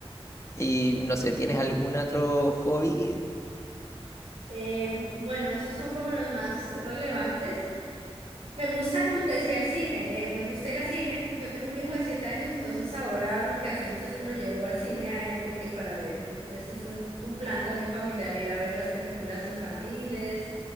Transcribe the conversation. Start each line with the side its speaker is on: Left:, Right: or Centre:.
Left: Y no sé, ¿tienes algún otro hobby?
Right: Eh, bueno, esos son como los más relevantes. Me gusta, como te decía, el cine. eh, me gusta ir al cine. Yo tengo un hijo de siete años, entonces ahora lo que hacemos es que lo llevo al cine a él porque para ver, eso es un un plan también familiar, ir a ver las películas infantiles.